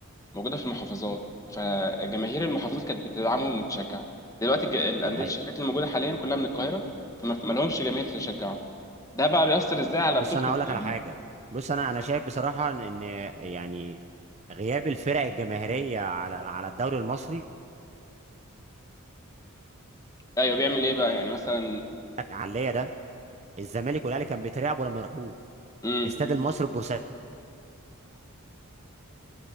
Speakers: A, on the left; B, on the right.
A: موجوده في المحافظات فجماهير المحافظات كانت بتدعمهم وبتشجعهم دلوقتي الج- الانديه
B: ده حقيقة
A: الشركات اللي موجوده حاليا كلها من القاهره فما ما لهمش جماهير تشجعهم ده بقى بيأثر ازاي على
B: بص
A: بطوله
B: انا
A: الدوري
B: هقول لك على حاجه بص انا انا شايف بصراحه ان يعني غياب الفرق الجماهيريه على على الدوري المصري
A: ايوه بيعمل ايه بقى يعني مثلا
B: عليا ده الزمالك والاهلي كان بيترعبوا لما يروحوه
A: امم
B: استاد المصري البورسعيدي